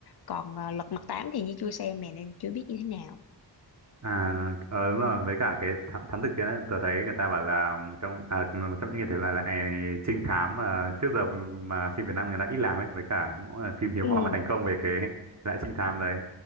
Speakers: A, on the left; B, on the right.
A: còn à, Lật Mặt Tám thì Nhi chưa xem nè nên chưa biết như thế nào
B: À, ờ, đúng rồi, với cả cái thám, thám tử kia đấy, tớ thấy người ta bảo là một trong à, một trong những cái thể loại là à, trinh thám mà trước giờ mà phim Việt Nam người ta ít làm ấy, với cả mỗi là phim hiếm
A: ừ
B: hoi mà thành công về cái <laughs> thể loại trinh thám đấy.